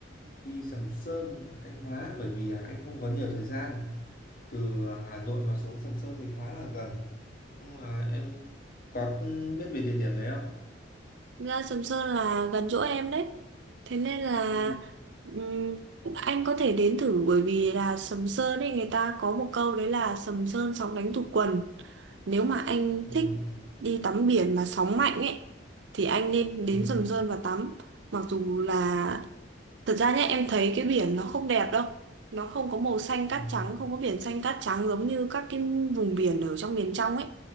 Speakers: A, on the left; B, on the right.
A: đi Sầm Sơn ở Thanh Hóa bởi vì à, anh không có nhiều thời gian từ Hà Nội mà xuống Sầm Sơn thì khá là gần nhưng mà em có biết về địa điểm đấy không
B: ra Sầm Sơn là gần chỗ em đấy thế nên là
A: ừ
B: ừm, anh có thể đến thử bởi vì là Sầm Sơn ấy người ta có một câu đấy là Sầm Sơn sóng đánh tụt quần nếu mà anh
A: ừ
B: thích đi tắm biển mà sóng mạnh ấy thì anh nên đến
A: ừ
B: Sầm Sơn và tắm mặc dù là Thật ra nhá em thấy cái biển nó không đẹp đâu Nó không có màu xanh cát
A: ừ
B: trắng Không có biển xanh cát trắng giống như các cái vùng biển ở trong miền trong ấy